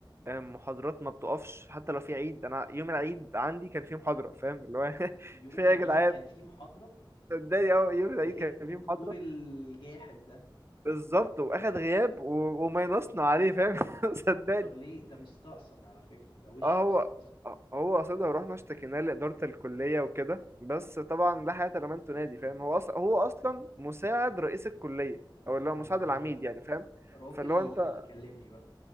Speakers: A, on the right; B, on the left.
A: آه، محاضرات ما بتقفش حتى لو في عيد انا يوم العيد عندي كان فيه محاضره فاهم اللي هو <laughs>
B: يوم
A: في إيه
B: العيد
A: يا جدعان
B: كان في محاضرة
A: صدقني اهو يوم
B: ده
A: العيد
B: ايه
A: كان
B: الدكتور
A: فيه محاضره
B: الجاحد ده
A: بالظبط واخد غياب و... وماينصنا عليه فاهم <laughs> صدقني
B: طب ليه ده مستقصد على فكرة ده وش
A: اه
B: مستقصد
A: هو هو قصدها ورحنا اشتكيناه لاداره الكليه وكده بس طبعا لا حياه لمن تنادي فاهم هو اصلا هو اصلا مساعد رئيس الكليه او اللي
B: اه
A: هو مساعد
B: اللي هو
A: العميد يعني فاهم
B: راجل
A: فاللي هو انت
B: كلمني بقى